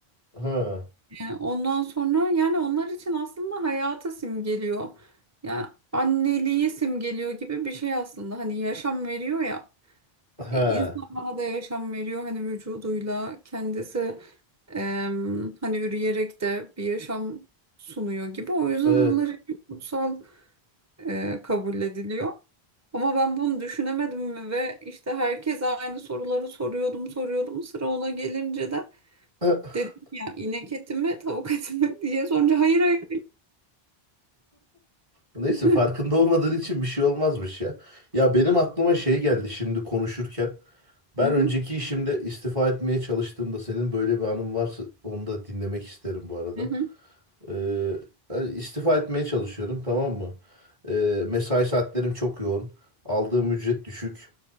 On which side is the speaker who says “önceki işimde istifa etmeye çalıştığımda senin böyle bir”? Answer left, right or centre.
Right